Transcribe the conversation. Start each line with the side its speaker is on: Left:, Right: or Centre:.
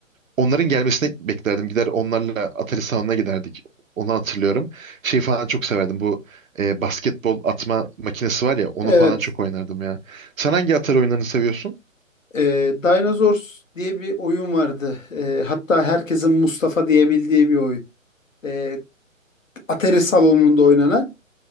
Right: Onların gelmesini beklerdim. Gider onlarla Atari salonuna giderdik. Onu hatırlıyorum. Şey falan çok severdim. Bu e, basketbol atma makinesi var ya onu
Left: Evet.
Right: falan çok oynardım ya. Sen hangi Atari oyunlarını seviyorsun?
Left: Ee, Dinosaurs diye bir oyun vardı. Ee, hatta herkesin Mustafa diyebildiği bir oyun. Ee, Atari salonunda oynanan.